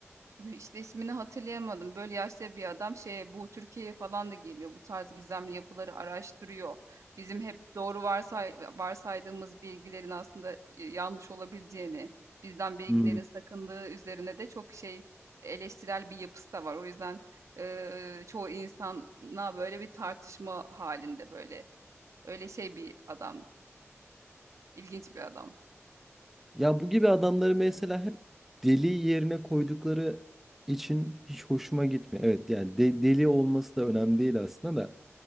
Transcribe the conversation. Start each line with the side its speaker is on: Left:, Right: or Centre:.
Right: İşte ismini hatırlayamadım. Böyle yaşta bir adam şeye bu Türkiye'ye falan da geliyor. Bu tarz gizemli yapıları araştırıyor. Bizim hep doğru varsay varsaydığımız bilgilerin aslında e, yanlış olabileceğini, bizden bilgilerin
Centre: Hmm.
Right: sakındığı üzerine de çok şey eleştirel bir yapısı da var. O yüzden e, çoğu insana böyle bir tartışma halinde böyle öyle şey bir adam. İlginç bir adam.
Centre: Ya bu gibi adamları mesela hep deli yerine koydukları için hiç hoşuma gitmiyor. Evet yani de- deli olması da önemli değil aslında da.